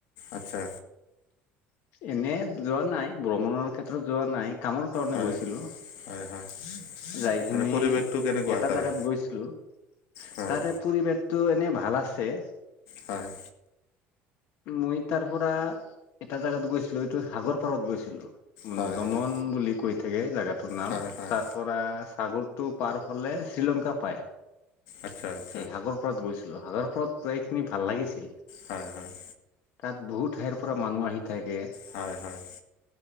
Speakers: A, on the left (about 80°); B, on the left (about 55°).
A: আচ্ছা।
B: এনে যোৱা নাই, ভ্ৰমণৰ ক্ষেত্ৰত যোৱা নাই, কামৰ কাৰণে
A: হয়
B: গৈছিলো।
A: হয় হয়
B: যাইখিনি
A: এনে পৰিৱেশটো কেনেকুৱা
B: এটা
A: তাৰে
B: জোগাত গৈছিলো, তাতে।
A: হয়
B: পৰিৱেশটো এনেই ভাল আছে।
A: হয়।
B: মই তাৰ পৰা এটা জোগাত গৈছিলো, এইটো সাগৰ পাৰত গৈছিলো, দমন।
A: হয়
B: ন
A: হয়
B: বুলি কৈ থাকে, জোগাটোৰ নাম
A: হয় হয়
B: তাত। পৰা সাগৰটো পাৰ হ'লে শ্ৰীলংকা পায়।
A: আত্সা।
B: এই সাগৰপাৰত গৈছিলো, সাগৰপাৰত যাই কিনি ভাল লাগিছিল।
A: হয়', হয়'।
B: তাত বহুত ঠাইৰ পৰা মানুহ আহি থাকে।
A: হয়', হয়।